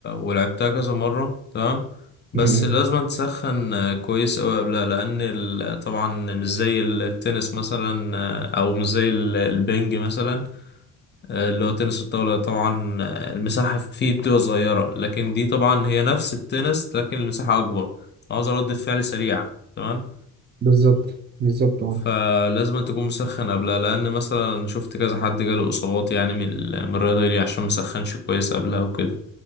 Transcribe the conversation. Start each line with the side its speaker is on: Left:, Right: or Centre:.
Left: ولعبتها كذا مرة تمام بس
Right: أمم.
Left: لازم تسخن آه، كويس أوي قبلها لأن ال... طبعا مش زي التنس مثلا آه، أو مش زي ال- البنج مثلا آه، اللي هو تنس الطاولة طبعا آه، المساحة فيه بتبقى صغيرة لكن دي طبعا هي نفس التنس لكن المساحة أكبر عاوز ردة فعل سريعة تمام
Right: بالظبط بالظبط اه
Left: فلازم تكون مسخن قبلها لأن مثلا شفت كذا حد جاله إصابات يعني من ال- من الرياضة دي عشان مسخنش كويس قبلها وكده